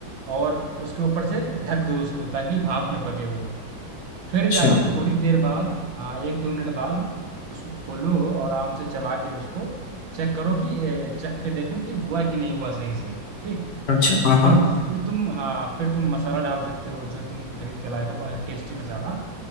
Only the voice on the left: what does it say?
अच्छा
अच्छा हाँ
हाँ